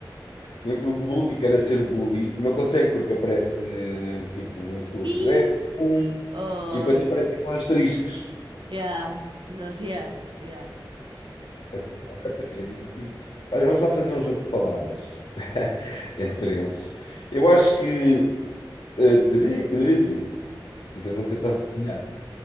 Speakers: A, on the left; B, on the right.
A: Mesmo que o bully queira ser bully, não consegue porque aparece tipo um insulto.
B: E
A: É um.
B: oh,
A: E depois aparecem com asteriscos.
B: yeah, nós yeah, yeah,
A: Até, até seria divertido. Olha, vamos lá fazer um jogo de palavras <laughs> entre eles. Eu acho que. eh, tri, tri, tri. E depois eu tentar adivinhar.